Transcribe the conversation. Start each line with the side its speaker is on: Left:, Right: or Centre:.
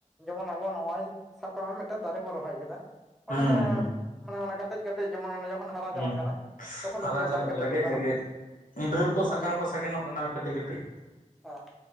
Centre: ᱡᱮᱢᱚᱱ ᱟᱵᱚ ᱱᱚᱜᱼᱚᱭ ᱥᱟᱵ ᱠᱟᱜ ᱢᱮ ᱢᱤᱫᱴᱮᱱ ᱫᱟᱨᱮ ᱵᱩᱱ ᱨᱚᱦᱚᱭ ᱠᱮᱫᱟ᱾
Left: ᱦᱩᱸ
Centre: ᱚᱱᱮ
Left: ᱦᱩᱸ
Centre: ᱢᱟᱱᱮ ᱚᱱᱟ ᱠᱟᱹᱴᱤᱡ ᱴᱤᱡ ᱡᱮᱢᱚᱱ ᱡᱚᱠᱷᱚᱱ ᱦᱟᱨᱟ ᱪᱟᱞᱟᱜ
Left: ᱦᱩᱸ
Centre: ᱠᱟᱱᱟ, ᱛᱚᱠᱷᱚᱱ
Left: ᱦᱟᱨᱟ
Centre: ᱫᱚ ᱩᱱᱟᱜ
Left: ᱪᱟᱞᱟᱜ
Centre: ᱵᱟᱝ ᱠᱮᱴᱮᱡᱚᱜ
Left: ᱞᱮᱜᱮᱡ
Centre: ᱠᱟᱱᱟ᱾
Left: ᱞᱮᱜᱮᱡ
Centre: ᱦᱮᱸ
Left: ᱰᱟᱹᱨ ᱠᱚ
Centre: ᱟᱫᱚ
Left: ᱥᱟᱠᱟᱢ
Centre: ᱡᱚᱠᱷᱚᱱ
Left: ᱠᱚ ᱥᱟᱜᱮᱱᱚᱜ ᱠᱟᱱᱟ ᱠᱟᱹᱴᱤᱡ ᱠᱟᱹᱴᱤᱡ᱾
Centre: ᱦᱮᱸ